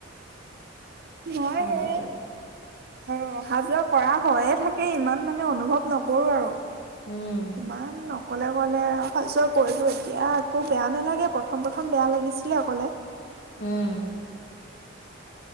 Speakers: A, on the right; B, on the left.
A: নহয়
B: হ'ব
A: সে,
B: দিয়া
A: অ অহা যোৱা কৰা হয়য়ে থাকে ইমান মানে অনুভৱ নকৰো আৰু
B: উম
A: কিমান নকলে গল, চক কৰিলোঁ এতিয়া একো বেয়া নালাগে প্ৰথম-প্ৰথম অলপ বেয়া লাগিছিল, অকলে।
B: উম